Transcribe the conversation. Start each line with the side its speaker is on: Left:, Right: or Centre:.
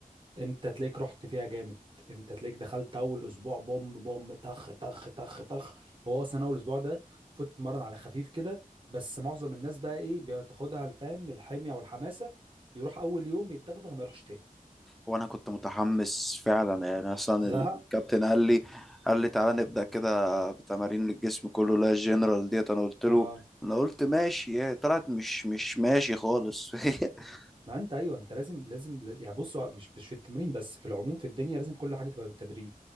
Right: انت تلاقيك رحت فيها جامد انت تلاقيك دخلت اول اسبوع بوم بوم طخ طخ طخ طخ هو اصلا اول اسبوع ده فوت تتمرن على خفيف كده بس معظم الناس بقى ايه بتاخدها الفهم الحميه والحماسه يروح اول يوم يتدغدغ ما يروحش تاني
Centre: وانا كنت متحمس فعلا يعني اصلا
Right: زهق
Centre: الكابتن قال لي قال لي تعالى نبدا كده بتمارين الجسم كله لا الجنرال ديت انا قلت له
Right: اه
Centre: انا قلت ماشي هي طلعت مش مش ماشي خالص <laughs>
Right: ما انت ايوه انت لازم لازم لاز- يعني بص هو مش مش في التمرين بس في العموم في الدنيا لازم كل حاجه تبقى بالتدريج